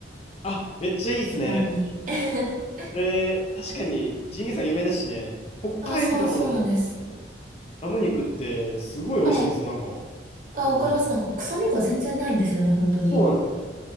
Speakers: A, on the left (about 35°); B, on the right (about 45°).
A: あ、めっちゃいいですね。
B: たまに。<laughs>
A: えー、確かにジンギスカン有名だしね。北海道の
B: あ、そう、そうなんです。
A: ラム肉ってすごい美味しいんですよ、
B: はい。
A: なんか。
B: あ、
A: うん。
B: わかります。なんか、臭みが全然ないんですよね、本当に。
A: そうなんですよね。